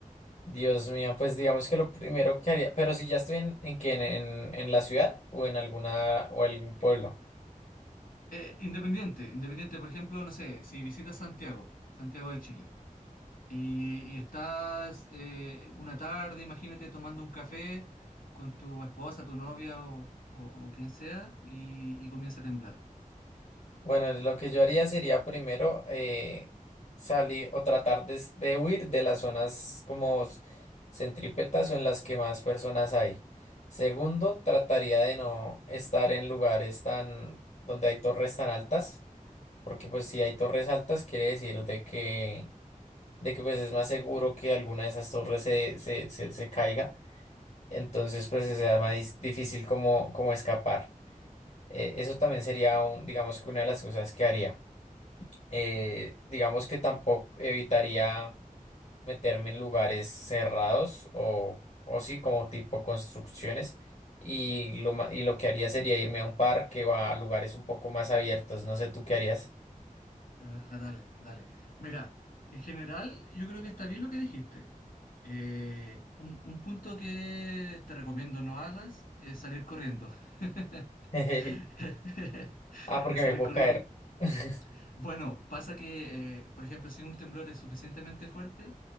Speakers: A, on the left (about 55°); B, on the left (about 80°).
A: Dios mío, pues digamos que lo primero que haría, pero si ya estoy en, en qué, en, en en la ciudad o en alguna, o algún pueblo.
B: Eh, independiente, independiente, por ejemplo, no sé, si visitas Santiago, Santiago de Chile. Y, y estás eh, una tarde, imagínate, tomando un café con tu esposa, tu novia o, o- o quien sea y, y comienza a temblar.
A: Bueno, lo que yo haría sería primero eh, salir o tratar de, s- de huir de las zonas como s- centrípetas o en las que más personas hay. Segundo, trataría de no estar en lugares tan donde hay torres tan altas, porque pues si hay torres altas quiere decir de que de que pues es más seguro que alguna de esas torres se, se, se, se caiga, entonces pues sea más dis- difícil como, como escapar. Eh, eso también sería un, digamos que una de las cosas que haría eh, digamos que tampoco evitaría meterme en lugares cerrados o, o sí, como tipo construcciones. Y lo, ma- y lo que haría sería irme a un parque o a lugares un poco más abiertos. No sé tú qué harías.
B: Ah, dale, dale. Mira, en general yo creo que está bien lo que dijiste. Eh, un, un punto que te recomiendo no hagas es salir corriendo.
A: <laughs>
B: <laughs>
A: Ah, porque
B: Es salir
A: me puedo
B: corriendo.
A: caer. <laughs>
B: Bueno, pasa que, eh, por ejemplo, si un temblor es suficientemente fuerte,